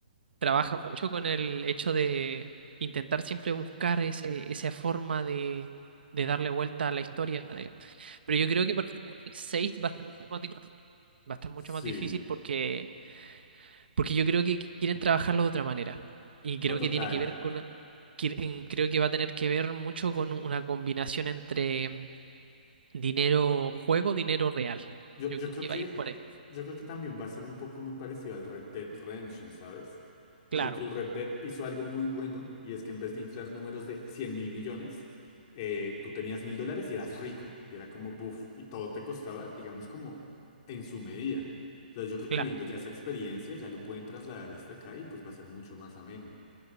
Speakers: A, on the right (about 75°); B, on the left (about 30°).
A: trabaja mucho con el hecho de intentar siempre buscar ese, esa forma de, de darle vuelta a la historia. de- Pero yo creo que, por ejemplo, el 6 va a estar mucho más difícil, va a estar mucho
B: Sí.
A: más difícil porque Porque yo creo que quieren trabajarlo de otra manera. Y creo
B: No,
A: que
B: total.
A: tiene que ver con, que- creo que va a tener que ver mucho con una combinación entre mm, dinero juego, dinero real.
B: Yo,
A: Yo
B: yo
A: creo
B: creo
A: que
B: que,
A: va a ir por ahí.
B: yo creo que también va a ser un poco muy parecido al Red Dead Redemption, ¿sabes?
A: Claro,
B: Porque el Red Dead hizo algo muy bueno y es que en vez de inflar números de cien mil millones, eh, tú tenías mil dólares y eras rico. Y era como, buf, y todo te costaba, digamos, como en su medida. Entonces yo creo
A: claro.
B: que viendo ya esa experiencia, ya lo pueden trasladar hasta acá y pues va a ser mucho más ameno.